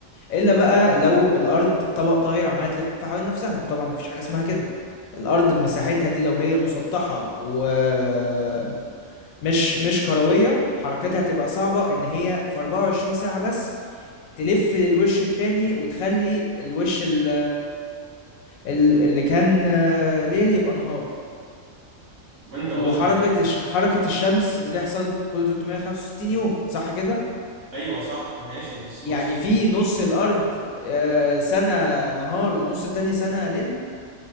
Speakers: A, on the left; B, on the right.
A: الا بقى لو الارض طبق طاير عماله تلف حوالين نفسها وطبعا ما فيش حاجه اسمها كده الارض بمساحتها دي لو هي مسطحه ومش مش مش كرويه حركتها هتبقى صعبه ان هي في 24 ساعه بس تلف للوش التاني وتخلي الوش ال- ال- اللي كان ليل يبقى نهار
B: طب انت بص
A: وحركة الش... حركة الشمس بتحصل كل 365 يوم صح كده؟
B: ايوه صح ماشي بس
A: يعني
B: بص
A: في نص الأرض آه، سنة نهار والنص التاني سنة ليل